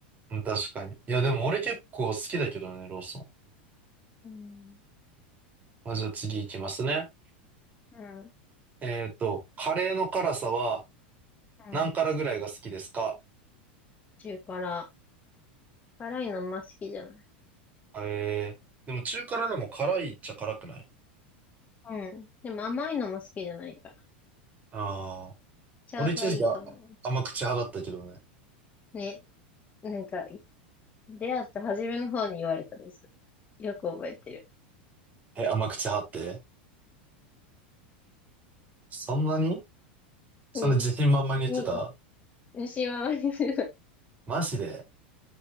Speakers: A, on the right; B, on the left.
A: うん確かに。いや、でも俺結構好きだけどね、ローソン。
B: うん。
A: まあ、じゃあ次行きますね。
B: うん。
A: えっと、カレーの辛さは
B: うん。
A: 何辛ぐらいが好きですか
B: 中辛。辛いのあんま好きじゃない。
A: えー、でも中辛でも辛いっちゃ辛くない
B: うん。でも甘いのも好きじゃないから。
A: ああー、
B: ちょうどいいと思う。
A: 俺一時期あ甘口派だったけどね。
B: ね。なんか、出会った初めの方に言われたです。よく覚えてる。
A: え、甘口派ってそんなにそんな自信満々に言ってた
B: うん。うん。い、牛は割にする。
A: マジで